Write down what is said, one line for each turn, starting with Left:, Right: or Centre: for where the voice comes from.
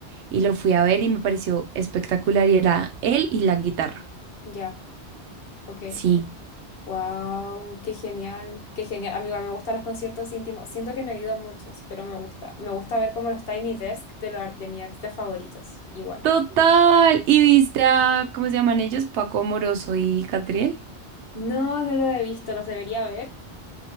Right: y lo fui a ver y me pareció espectacular y era él y la guitarra.
Left: ya, ok.
Right: Sí.
Left: Wow, qué genial, qué genial. A mí igual me gustan los conciertos íntimos. Siento que no he ido a muchos, pero me gusta. Me gusta ver como los Tiny Desk de, los ar- de mis artistas favoritos, igual.
Right: Total. ¿Y viste a, cómo se llaman ellos? Paco Moroso y Catriel.
Left: No, no los he visto, los debería ver.